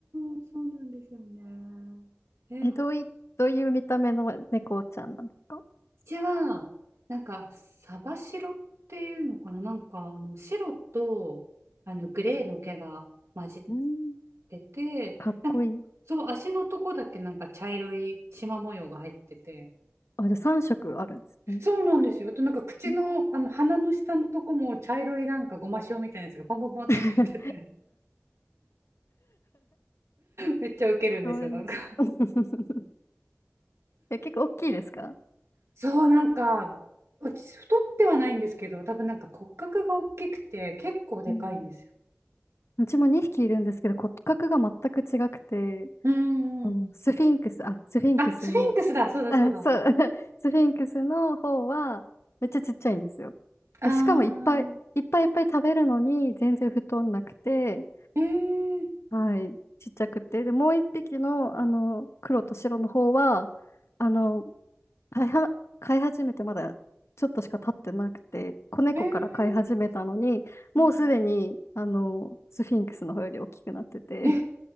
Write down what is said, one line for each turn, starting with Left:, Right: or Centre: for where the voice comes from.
Right: う、そうなんですよね。えー、
Left: え、
Right: ほう
Left: どうい、どういう見た目の猫ちゃんなんですか
Right: ちは、なんか、サバ白っていうのかな、なんか、あの白とあのグレーの毛が混じっ
Left: うん、
Right: てて、
Left: かっこいい。
Right: なんかそう、足のとこだけなんか茶色い縞模様が入ってて、
Left: あ、じゃあ3色あるんですね。
Right: そうなんですよ。あと、なんか口の、
Left: うん
Right: あの鼻の下のとこも茶色いなんかごま塩みたいなやつがポンポンポンって入ってて。
Left: <laughs>
Right: めっちゃウケるんですよ、
Left: かわいい。
Right: なんか。
Left: <laughs> え、結構大きいですか
Right: そう、なんか、私、太ってはないんですけど、多分なんか骨格が大きくて、結構でかいんですよ。
Left: うんうちも2匹いるんですけど骨格が全く違くて、
Right: うんうん
Left: うん、スフィンクス、あ、スフィンクスの、
Right: あ、スフィンクスだ、そうだそうだ。
Left: あ、そう、<laughs> スフィンクスの方はめっちゃちっちゃいんですよ。
Right: あ
Left: で、しかもいっぱいいっぱいいっぱい食べるのに全然太んなくて、
Right: ー、えー、
Left: はい、ちっちゃくて。で、もう一匹の、あの、黒と白の方は、あの、飼いは、飼い始めてまだちょっとしか経ってなくて、子猫から飼い始めたのに、
Right: えー、うん。
Left: もうすでに、あの、スフィンクスの方より大きくなってて。
Right: え、